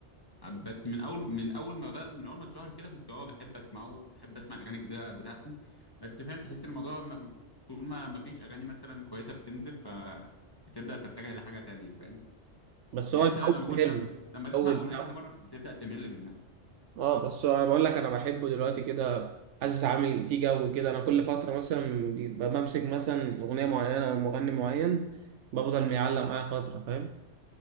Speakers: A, on the left; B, on the right.
A: بس من اول من اول ما بقى من اول ما اتشهر كده كنت اه بحب اسمعه وبحب اسمع الاغاني الجديده بتاعته بس فاهم تحس الموضوع ما طول ما ما فيش اغاني مثلا كويسه بتنزل ف بتبدا تتجه لحاجه تانية فاهم
B: بس
A: يعني
B: هو الجو
A: انت لما كنت
B: حلو
A: لما لما تسمع
B: الجو
A: اغنيه
B: بتاعه
A: كذا مره بتبدا تمل منها
B: اه بس انا بقول لك انا بحبه دلوقتي كده حاسس عامل فيه جو كده انا كل فتره مثلا بيبقى بمسك مثلا اغنيه معينه او مغني معين بفضل معلق معايا فتره فاهم